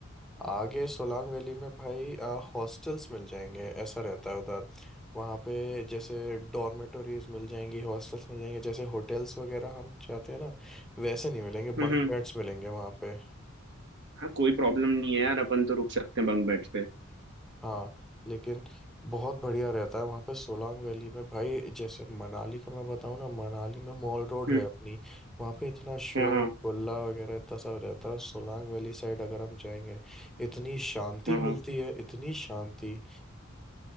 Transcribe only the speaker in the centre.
आगे सोलांग वैली में भाई हॉस्टल्स मिल जाएंगे ऐसा रहता है उधर वहाँ पे जैसे डॉर्मेटोरीज मिल जाएंगी हॉस्टल्स मिल जाएंगे जैसे होटल्स वगैरह हम चाहते हैं ना वैसे नहीं मिलेंगे
बंक
बेड्स मिलेंगे वहाँ पे
हाँ लेकिन बहुत बढ़िया रहता है वहाँ पे सोलांग वैली में भाई जैसे मनाली का मैं बताऊँ ना मनाली में मॉल रोड
है अपनी वहाँ पे इतना शोर
गुल्ला वगैरह इतना सब रहता है सोलांग वैली साइड अगर हम जाएंगे इतनी शांति
मिलती
है इतनी शांति